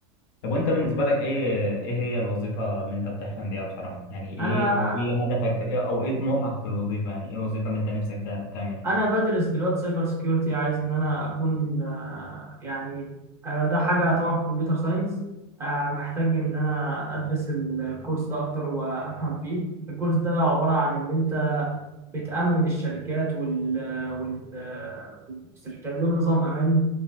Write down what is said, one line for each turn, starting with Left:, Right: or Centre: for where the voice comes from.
Left: طب وأنت بالنسبة لك إيه إيه هي الوظيفة اللي أنت بتحلم بيها بصراحة يعني إيه
Right: أنا
Left: إيه هدفك في... أو إيه طموحك في الوظيفة يعني إيه الوظيفة اللي أنت نفسك تع- تعملها؟
Right: انا بدرس دلوقتي سايبر سكيورتي عايز ان انا اكون آه، يعني آه، ده حاجه طبعا في كمبيوتر ساينس محتاج ان انا ادرس الكورس ده اكتر وافهم فيه الكورس ده عباره عن ان انت بتامن الشركات وال وال والمستشفيات بتعمل لهم نظام امان